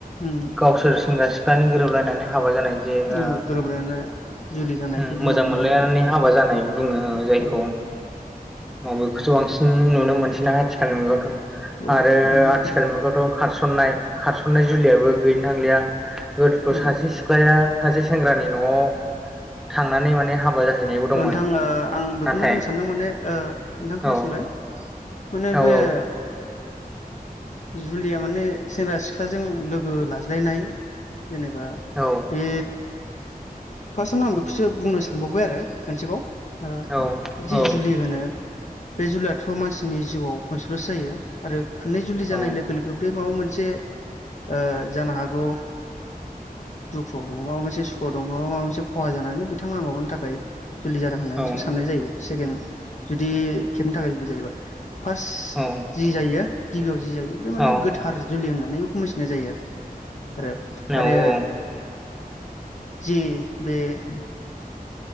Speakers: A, on the left; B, in the centre.
A: उम
B: गावसोर सेंग्रा सिख्लाानि गोरोबलायनानै हाबा जानाय। जे
A: औ
B: ओ-ओं
A: गोरोबलायना जुलि जानायफोर जों
B: मोजां
A: नुनो
B: मोनलायनानै
A: मोनो
B: हाबा जानाय। बुङो ओ जायखौ
A: औ
B: मबेखौसो बांसिन नुनो मोनसिना आथिखालनि मुगायावथ'-
A: औ
B: आरो
A: नंगौ नोंथां
B: आथिखाल मुगायावथ' खारसननाय खारसन्नाय जुलियाबो गैनो थांलिया- गोदोथ'
A: औ
B: सासे सिख्लाया सासे सेंग्रानि न'आव थांनानै माने हाबा- जाहैनायबो
A: ओ
B: दंमोन
A: नोंथां ओ आं बेखौनो
B: नाथाय
A: बुंनो सानदों माने ओ नोंथां खोनासंलाय-
B: औ
A: उनाव
B: औ
A: बे- जुलिया माने सेंग्रा सिख्लाजों लोगो लाज्लायनाय- जेनेबा
B: औ
A: बे फार्स्टआवनो आं बेखौसो बुंनो सानबावबाय आरो- खनसेबाव ओ
B: औ
A: जि
B: औ
A: जुलि होनो- बे जुलियाथ' मानसिनि जिउआव खनसेल'सो जायो आरो खननै जुलि जानाय
B: औ
A: लोगो-लोगो बे माबा मोनसे से ओ जानो हागौ। दुखुआव दङ' माबा मोनसे सुखुआव दं नङा माबा मोनसे खहा जानानै बिथांमोनहा माबानि थाखाय- जुलि जादों होननानैसो
B: औ
A: साननाय जायो सेकेण्ड जुदि खेबनि थाखाय जुलि जायोबा- फार्स्ट
B: औ
A: जि जायो गिबियाव जि जायो बे माने
B: औ
A: गोथार जुलि होननानै- नै खुमासिनाय जायो आरो-आरो-
B: औ औ
A: जि बे-